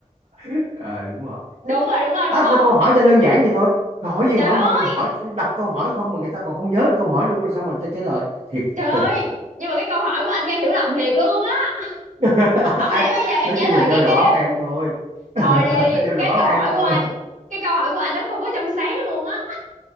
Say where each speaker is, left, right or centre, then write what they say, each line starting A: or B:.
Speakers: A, on the right; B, on the right.
A: <laughs> Ờ, đúng rồi
B: đúng rồi đúng rồi
A: À,
B: đúng không
A: câu hỏi ta đơn giản vậy thôi Câu hỏi gì
B: trời
A: hỏi
B: ơi
A: mà hỏi đọc câu hỏi không mà người ta còn không nhớ được câu hỏi luôn rồi sao mà ta trả lời thiệt
B: Trời ơi,
A: tình
B: nhưng mà cái câu hỏi của anh gây hiểu lầm thiệt luôn á.
A: <laughs>
B: Không
A: Ai-
B: lẽ bây giờ em
A: nói
B: trả
A: chung
B: lời
A: là do
B: cái
A: đầu
B: kia?
A: óc em thôi <laughs>
B: Thôi đi,
A: do
B: cái
A: đầu óc
B: câu
A: em
B: hỏi
A: thôi
B: của anh, cái câu hỏi của anh nó không có trong sáng luôn á.